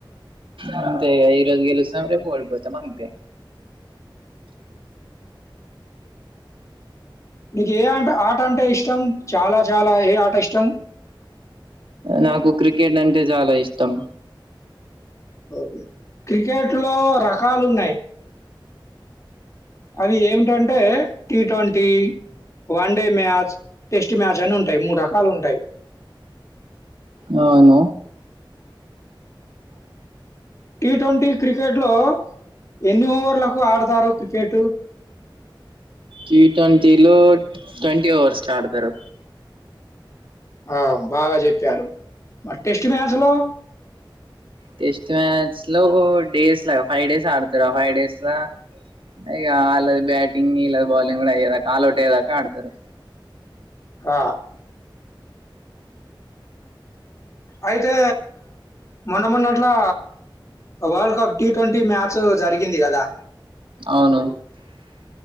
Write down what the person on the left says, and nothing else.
నీకు ఏ ఆట ఆట అంటే ఇష్టం చాలా చాలా ఏ ఆట ఇష్టం
ఓకే క్రికెట్ లో రకాలు ఉన్నాయి అవి ఏమిటంటే T twenty one day match test match అని ఉంటాయి మూడు రక కాలు ఉంటాయి
టి ట్వంటీ క్రికెట్ లో ఎన్ని ఓవర్లకు ఆడతారు క్రికెట్
ఆ బాగా చెప్పారు మరి టెస్ట్ మ్యాచ్ లో
ఆ అయితే మొన్న మొన్నట్లా world cup T twenty match జరిగింది కదా